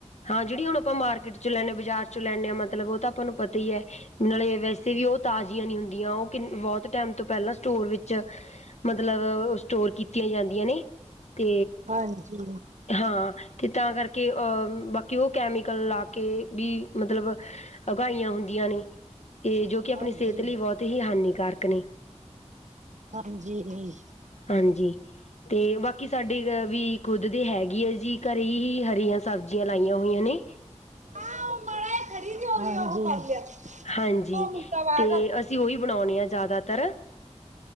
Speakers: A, on the left; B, on the right.
A: ਹਾਂ ਜੇੜੀ ਹੁਣ ਆਪਾਂ ਮਾਰਕੀਟ ਚ ਲੈਨੇ ਆ ਬਾਜ਼ਾਰ ਚ ਲੈਨੇ ਆ ਮਤਲਬ ਓ ਤਾਂ ਆਪਾਂ ਨੂੰ ਪਤਾ ਈ ਐ। ਨਾਲੇ ਵੈਸੇ ਵੀ ਓ ਤਾਜੀਆਂ ਨੀ ਹੁੰਦੀਆਂ ਓ ਕਿਨ ਬੋਤ ਟੈਮ ਤੋਂ ਪੈਲਾਂ ਸਟੋਰ ਵਿੱਚ ਮਤਲਬ ਸਟੋਰ ਕੀਤੀਆਂ ਜਾਂਦੀਆਂ ਨੇ ਤੇ
B: ਹਾਂਜੀ,
A: ਹਾਂ ਤੇ ਤਾਂ ਕਰਕੇ ਬਾਕੀ ਓ ਕੈਮੀਕਲ ਲਾ ਕੇ ਵੀ ਮਤਲਬ ਉਗਾਈਆਂ ਹੁੰਦੀਆਂ ਨੇ ਤੇ ਜੋ ਕਿ ਆਪਣੀ
B: ਹਾਂਜੀ।
A: ਸ੍ਹੇਤ ਲਈ ਬੋਤ ਈ ਹਾਨੀਕਾਰਕ ਨੇ
B: ਹਾਂਜੀ ਦੀ।
A: ਹਾਂਜੀ ਤੇ ਬਾਕੀ ਸਾਡੇ ਵੀ ਖੁਦ ਦੇ ਹੈਗੀ ਐ ਜੀ ਘਰੇ ਹੀ ਹਰੀਆਂ ਸਬਜ਼ੀਆਂ ਲਾਈਆਂ ਹੋਈਆਂ ਨੇ।
B: <unintelligible>
A: ਹਾਂਜੀ
B: ਦੋ ਮਿੰਟਾਂ ਬਾਅਦ
A: ਤੇ ਅਸੀਂ ਓਹੀ ਬਨਾਉਂਨੇ ਆ ਜੈਦਾਤਰ